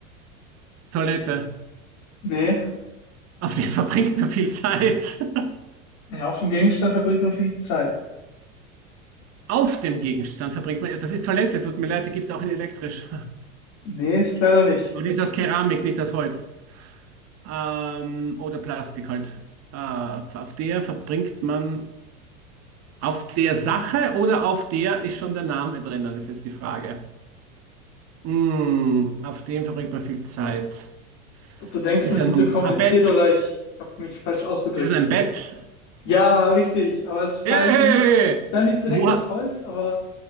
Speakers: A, on the right; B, on the left.
A: Toilette.
B: Nee,
A: Auf der verbringt man viel Zeit. <laughs>
B: ja, auf dem Gegenstand verbringt man viel Zeit.
A: Auf dem Gegenstand verbringt man. ja, Das ist Toilette, tut mir leid, die gibt es auch in elektrisch.
B: Nee, ist leider nicht.
A: Und ist aus Keramik, nicht aus Holz. Ähm, oder Plastik halt. Äh, auf der verbringt man. Auf der Sache oder auf der ist schon der Name drinnen, ist jetzt die Frage. Hm, auf dem verbringt man viel Zeit.
B: Ob du denkst,
A: Ist
B: ein bisschen
A: ja ein,
B: zu kompliziert
A: ein Bett.
B: oder ich habe mich falsch ausgedrückt.
A: Ist es ein Bett?
B: Ja, richtig, aber es ist
A: Yay!
B: halt nicht, dann nicht direkt
A: Wo,
B: aus Holz, aber